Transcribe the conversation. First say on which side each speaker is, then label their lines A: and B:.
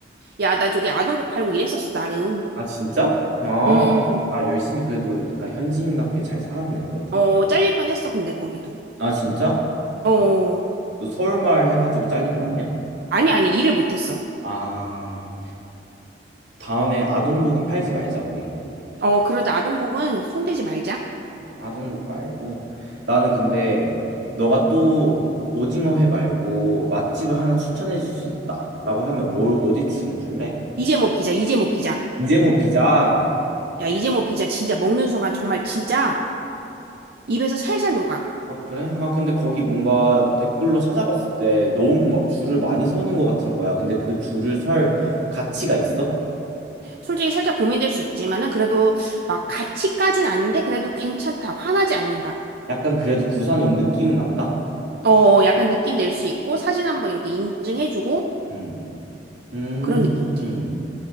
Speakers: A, on the right; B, on the right.
A: 야, 나 저기 아동복 팔고 일했었어, 나름.
B: 아 진짜? 아,
A: 음.
B: 아 열심히 그래도 약간 현지인답게 잘 살았네 그래도.
A: 어, 잘릴 뻔했어, 근데 거기도.
B: 아 진짜?
A: 어.
B: 너 서울말 해가지고 잘린 거 아니야?
A: 아니, 아니, 일을 못했어.
B: 아 다음에 아동복은 팔지 말자 우리.
A: 어, 그러자 아동복은 손대지 말자.
B: 아동목 말고 나는 근데 너가 또 오징어회 말고 맛집을 하나 추천해 줄 수 있다라고 하면 뭘 어디 추천해 줄래?
A: 이제 뭐 피자, 이제 뭐 피자.
B: 이재모 피자.
A: 야, 이제 뭐 피자 진짜 먹는 순간 정말 진짜 입에서 살살 녹아.
B: 아 그래? 아 근데 거기 뭔가 댓글로 찾아봤을 때 너무 막 줄을 많이 서는 것 같은 거야. 근데 그 줄을 설 가치가 있어?
A: 솔직히 살짝 고민될 수 있지만은 그래도 막 같이까진 아닌데 그래도 괜찮다. 화나지 않는다.
B: 약간 그래도 부산 온 느낌은 난다.
A: 어, 약간 느낌 낼 수 있고 사진 한번 이렇게 인증해주고
B: 음. 음.
A: 그런 느낌이지.
B: 음.